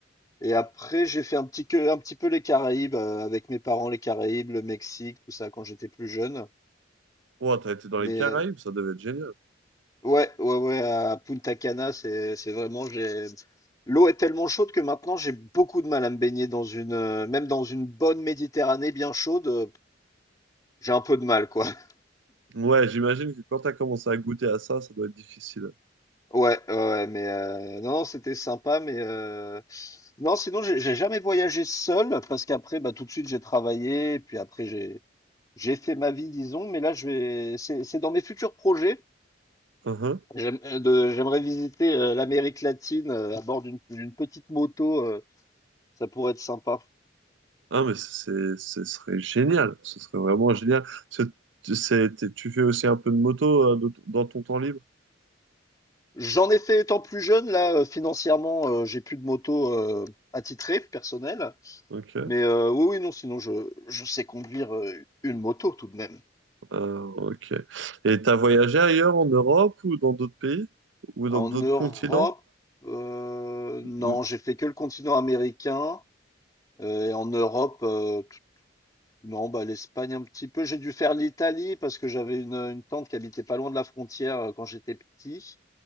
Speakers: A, on the left; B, on the right.
A: Et après, j'ai fait un petit, que, un petit peu les Caraïbes, euh, avec mes parents, les Caraïbes, le Mexique, tout ça, quand j'étais plus jeune.
B: Oh, t'as été dans
A: Mais
B: les Caraïbes,
A: euh,
B: ça devait être génial.
A: Ouais, ouais, ouais, à Punta Cana, c'est, c'est vraiment, j'ai, l'eau est tellement chaude que maintenant j'ai beaucoup de mal à me baigner dans une, euh, même dans une bonne Méditerranée bien chaude, euh, j'ai un peu de mal, quoi. <laughs>
B: Ouais, j'imagine que quand t'as commencé à goûter à ça, ça doit être difficile.
A: Ouais, ouais, ouais, mais euh, non, non, c'était sympa, mais euh, non, sinon j'ai j'ai jamais voyagé seul parce qu'après, bah tout de suite j'ai travaillé, et puis après j'ai j'ai fait ma vie, disons, mais là je vais, c'est c'est dans mes futurs projets.
B: Uhum.
A: J'aime- euh, de- J'aimerais visiter euh, l'Amérique latine euh, à bord d'une d'une petite moto, euh, ça pourrait être sympa.
B: Ah, mais c'est, c'est- ce serait génial. Ce serait vraiment génial. C'est, c'est- t'es- tu fais aussi un peu de moto euh, de- dans ton temps libre.
A: J'en ai fait étant plus jeune, là, heu, financièrement, heu, j'ai plus de moto, heu, attitrée, personnelle.
B: Ok.
A: Mais, heu, oui, oui, non, sinon je je sais conduire, heu, une moto tout de même.
B: Ah, ok. Et t'as voyagé ailleurs en Europe ou dans d'autres pays? Ou dans
A: En
B: d'autres
A: Europe,
B: continents?
A: heu, non,
B: Ou-
A: j'ai fait que le continent américain, heu, et en Europe, heu, t non, bah, l'Espagne un petit peu. J'ai dû faire l'Italie parce que j'avais une, une tante qui habitait pas loin de la frontière, heu, quand j'étais petit.